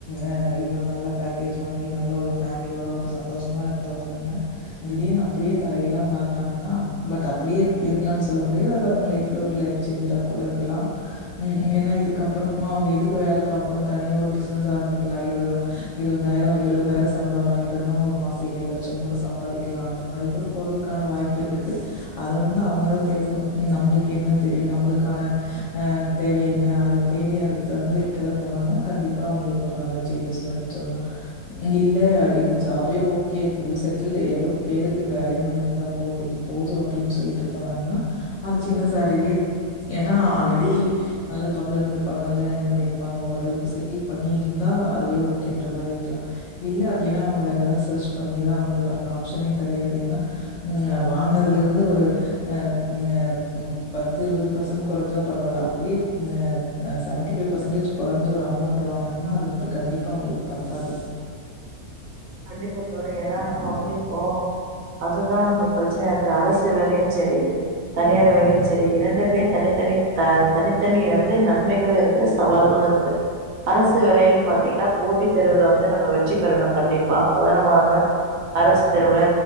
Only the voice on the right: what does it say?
கண்டிப்பா தோழி ஏன்னா நம்ம வந்து இப்போ அதுதா நம்ம பிரச்சனையா இருக்கு அரசு வேலையும் சரி தனியார் வேலையும் சரி இரண்டுமே தனித்தனி தனித்தனி வந்து நன்மைகளும் இருக்கு சவால்களு இருக்கு அரசு வேலைையன்னு பாாரத்தீங்கன்னா போட்டி தேருவுல வந்து நம்ம வெற்றி பெறணு கண்டிப் ப அப்பதா நம்மளாள அரசு தேருவுல